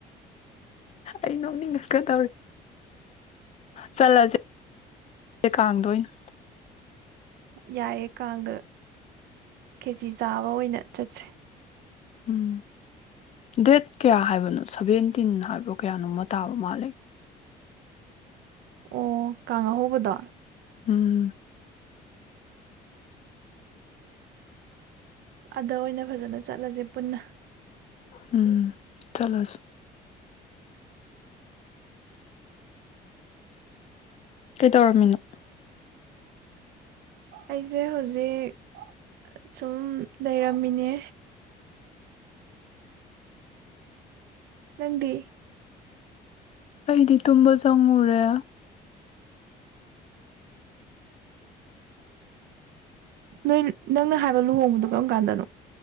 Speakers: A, on the left (about 40°); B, on the right (about 75°).
A: ꯑꯩ ꯅꯣꯛꯅꯤꯡꯉꯀꯗꯧꯔꯤ ꯆꯠꯂꯁꯦ ꯀꯥꯡꯗꯣꯏꯅ
B: ꯌꯥꯏꯑꯦ ꯀꯥꯡꯗ ꯀꯦꯖꯤ ꯆꯥꯕ ꯑꯣꯏꯅ ꯆꯠꯁꯦ
A: ꯎꯝ ꯗꯦꯠ ꯀꯌꯥ ꯍꯥꯏꯕꯅꯣ ꯁꯚꯦꯟꯇꯤꯟ ꯍꯥꯏꯕꯣ ꯀꯌꯥꯅꯣꯃ ꯇꯥꯕ ꯃꯥꯜꯂꯦ
B: ꯑꯣ ꯀꯥꯉ ꯍꯕꯗꯥ
A: ꯎꯝ
B: ꯑꯗ ꯑꯣꯏꯅ ꯐꯖꯅ ꯆꯠꯂꯁꯦ ꯄꯨꯟꯅ
A: ꯎꯝ ꯆꯂꯣꯁꯤ ꯀꯩꯇꯧꯔꯝꯃꯤꯅꯣ
B: ꯑꯩꯁꯦ ꯍꯧꯖꯤꯛ ꯁꯨꯝ ꯂꯩꯔꯝꯃꯤꯅꯦ ꯅꯪꯗꯤ
A: ꯑꯩ ꯏꯗꯤ ꯇꯨꯕ ꯆꯣꯔꯦ
B: ꯅꯣꯏ ꯅꯪꯅ ꯍꯥꯏꯕ ꯂꯨꯍꯣꯡꯕꯗꯣ ꯀꯔꯝ ꯀꯥꯟꯗꯅꯣ